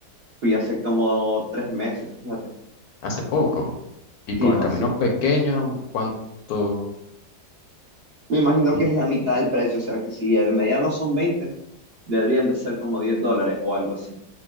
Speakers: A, on the right (about 55°); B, on the left (about 70°).
A: Fui hace como tres meses, fíjate.
B: Hace poco. Y
A: Sí,
B: con
A: fue
B: el camino
A: así poco.
B: pequeño, ¿cuánto?
A: Me imagino
B: Mm,
A: que es la mitad del precio, o sea que si el mediano son veinte deberían de ser como 10 dólares o algo así.